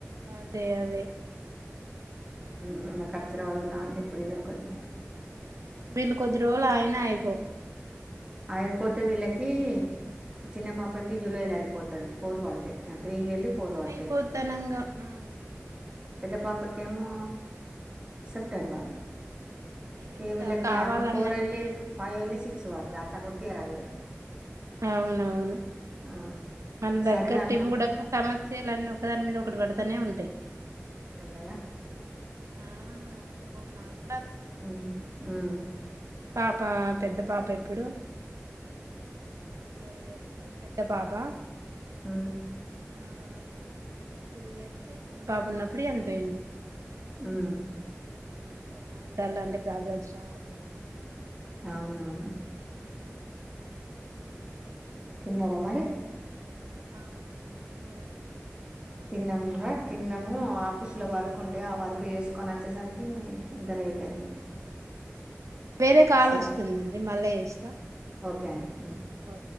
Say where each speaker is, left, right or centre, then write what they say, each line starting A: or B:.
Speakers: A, on the right; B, on the right.
A: అదే అదే
B: మన్న ఖర్చులు వాడుందా ఉంటే ఇప్పుడు ఇది ఒకటిగా
A: వీళ్ళు కొద్ది రోజులు ఆయన అయిపో
B: ఆగిపోతే వీళ్ళకి చిన్న పాపకి జూలైలో అయిపోతుది ఫోర్ పడితే త్రీ వెళ్ళి ఫోర్ పడతాయి
A: అయిపోతానంగా ఉమ్
B: పెద్ద పాపకి కేమో సెప్టెంబర్ లో
A: ఇవి
B: ఏ
A: కూడా
B: వేళకి
A: కావాలన్నట్టే
B: ఆమెకు ఫోర్ ఎల్లీ ఫైవ్ ఎల్లీ సిక్స్ మక్సు పడితే అట్లా కుట్టటిరాదు కదా
A: అవునవును
B: ఆ
A: మన
B: సరే
A: దగ్గట్టివి
B: దాంట్లో
A: కూడా సమస్యలున్నీ ఒకదాని మీద ఒకటి పెడతనే ఉంటాయి తై
B: అవు కాదా
A: ఆ బ నాక్
B: హ్మ్ హ్మ్
A: పాప పెద్ద పాప ఎప్పుడు ఫోర్ ఇయర్స్ పెద్ద పాప
B: హ్మ్
A: హ్మ్ టూ ఇయర్స్ చిన్న పాప ఉన్నప్పుడు చనిపోయిండు
B: హ్మ్
A: ఇంకా నా కూడా అలాంటి ప్రాబ్లమ్స్ చాలా ఫేస్ అయినాయి
B: అవునవును
A: అ
B: తిన్నారా మరి
A: ఆ తిన్నాం తిన్నారా మీరు
B: తిన్నాము తిన్నాము ఆఫీసు లో వర్క్ ఉండే ఆ వర్క్ చేసుకొని వచ్చేసరికి ఇంత లేట్ అయింది
A: వేరే కాలు
B: స
A: వస్తుందండి మళ్ళా చేస్తా
B: కాని హ్మ్
A: ఓ